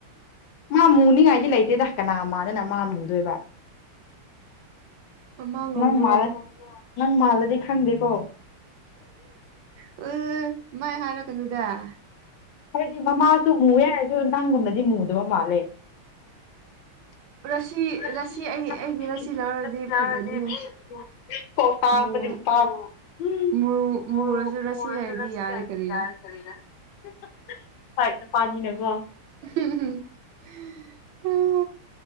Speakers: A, on the left; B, on the right.
A: ꯃꯥ ꯃꯨꯅꯤꯉꯥꯏꯗꯤ ꯂꯩꯇꯦꯗ ꯀꯅꯥ ꯃꯥꯗꯅ ꯃꯥ ꯃꯨꯗꯣꯏꯕ꯫
B: ꯃꯃꯥꯡ ꯉꯧꯕ꯭ꯔꯣ
A: ꯅꯪ ꯃꯥꯜꯂ ꯅꯪ ꯃꯥꯜꯂꯗꯤ ꯈꯪꯗꯦꯀꯣ
B: ꯎ ꯃꯥꯏ ꯍꯥꯏꯔꯛꯄ ꯗꯥ
A: ꯍꯥꯏꯗꯤ ꯃꯃꯥꯁꯨ ꯃꯨꯑꯦ ꯍꯥꯏꯔꯁꯨ ꯅꯪꯒꯨꯝꯅꯗꯤ ꯃꯨꯗꯕ ꯃꯥꯜꯂꯦ꯫ <inaudible>
B: ꯔꯁꯤ ꯔꯁꯤ ꯑꯩ ꯑꯩꯒꯤ ꯔꯁꯤ ꯂꯧꯔꯗꯤ ꯐꯖꯅꯤꯍꯦ ꯃꯨ ꯃꯨ ꯃꯨꯔꯁꯨ ꯔꯁꯤ ꯂꯩꯔꯗꯤ ꯌꯥꯔꯦ ꯀꯔꯤꯔꯥ
A: ꯍꯣꯏ ꯅꯨꯄꯥꯅꯤꯅꯀꯣ
B: <unintelligible> <inaudible>